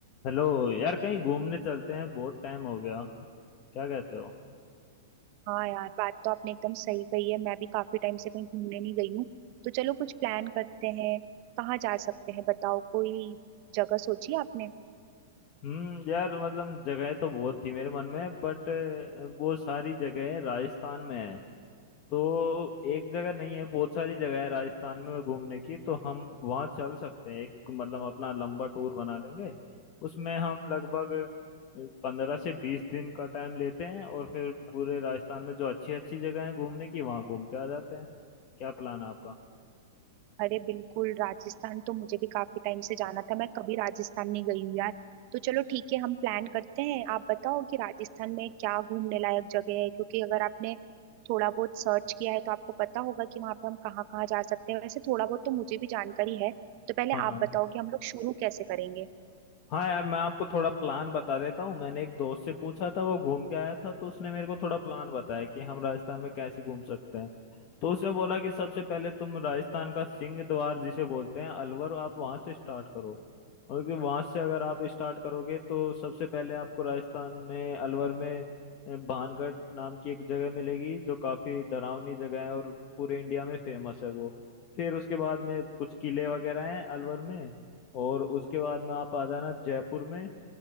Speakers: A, on the left; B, on the right.
A: Hello यार कहीं घूमने चलते हैं बहुत टाइम हो गया क्या कहते हो
B: हाँ यार बात तो आपने एकदम सही कही है मैं भी काफी टाइम से कहीं घूमने नहीं गई हूँ तो चलो कुछ प्लान करते हैं कहाँ जा सकते हैं बताओ कोई जगह सोची आपने
A: हम्म यार मतलब जगह तो बहुत थी मेरे मन में बट बहुत सारी जगह राजस्थान में है तो एक जगह नहीं है बहुत सारी जगह है राजस्थान में घूमने की तो हम वहाँ चल सकते हैं एक मतलब अपना लंबा टूर बना लेंगे उसमें हम लगभग पंद्रह से बीस दिन का टाइम लेते हैं और फिर पूरे राजस्थान में जो अच्छी अच्छी जगह है घूमने की वहाँ घूम के आ जाते हैं क्या प्लान है आपका
B: अरे बिल्कुल राजस्थान तो मुझे भी काफी टाइम से जाना था मैं कभी राजस्थान नहीं गई हूँ यार तो चलो ठीक है हम प्लान करते हैं आप बताओ कि राजस्थान में क्या घूमने लायक जगह है क्योंकि अगर आपने थोड़ा बहुत सर्च किया है तो आपको पता होगा कि वहाँ पे हम कहाँ कहाँ जा सकते हैं वैसे थोड़ा बहुत तो मुझे भी जानकारी है तो पहले
A: हाँ
B: आप बताओ कि हम लोग शुरू कैसे करेंगे
A: हाँ यार मैं आपको थोड़ा प्लान बता देता हूँ मैंने एक दोस्त से पूछा था वो घूम के आया था तो उसने मेरे को थोड़ा प्लान बताया कि हम राजस्थान में कैसे घूम सकते हैं तो उसने बोला कि सबसे पहले तुम राजस्थान का सिंह द्वार जिसे बोलते हैं अलवर आप वहाँ से स्टार्ट करो और कि वहाँ से अगर आप स्टार्ट करोगे तो सबसे पहले आपको राजस्थान में अलवर में अ, भानगढ़ नाम की एक जगह मिलेगी जो काफी डरावनी जगह है और पूरे इंडिया में फेमस है वो फिर उसके बाद में कुछ किले वगैरह हैं अलवर में और उसके बाद में आप आ जाना जयपुर में